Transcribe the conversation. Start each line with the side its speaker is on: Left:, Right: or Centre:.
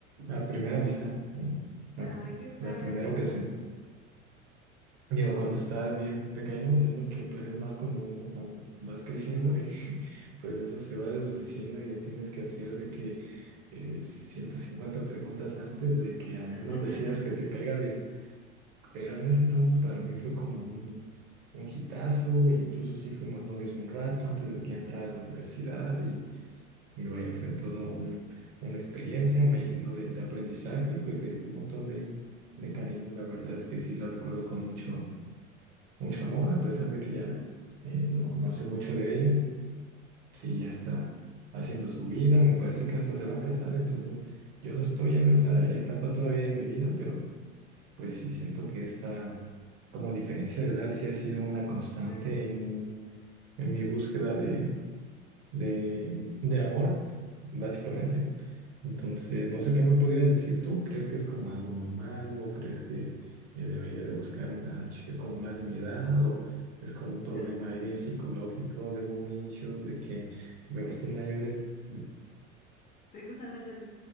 Right: a primera vista, ¿no? la,
Left: Ay, qué padre.
Right: la primera ocasión. Digo, cuando estás bien pequeño, entiendo que pues es más común, ¿no? Cuando vas creciendo,
Left: Ajá.
Right: eh, <laughs> pues eso se va desvaneciendo y ya tienes que hacer de que eh, 150 preguntas antes de que al
Left: <laughs>
Right: menos <laughs> decidas que te caiga bien. Pero en ese entonces para mí fue como un, un hitazo, e incluso sí fuimos novios un rato antes de que entrara a la universidad y, y vaya, fue todo un- una experiencia, me llenó de, de aprendizaje y pues de, de un montón de, de cariño. La verdad es que sí la recuerdo con mucho, mucho
Left: Cariño.
Right: amor, a pesar de que ya eh, no, no sé mucho de ella. Sí, ya está haciendo su vida, me parece que hasta se va a casar, entonces yo no estoy en esa etapa todavía de mi vida, pero... Pues sí, siento que esta como diferencia de edad sí ha sido una constante
Left: Sí, claro.
Right: en mi, en mi búsqueda de, de, de amor, básicamente. Entonces, no sé qué me podrías decir tú. ¿Crees que es como algo muy malo? ¿Crees que eh, debería de buscar una chica como más de mi edad? ¿O es como un problema
Left: Ah,
Right: ahí bien psicológico de mommy issues, de que me gustan mayores? Mm,
Left: ¿Te gustan las llores?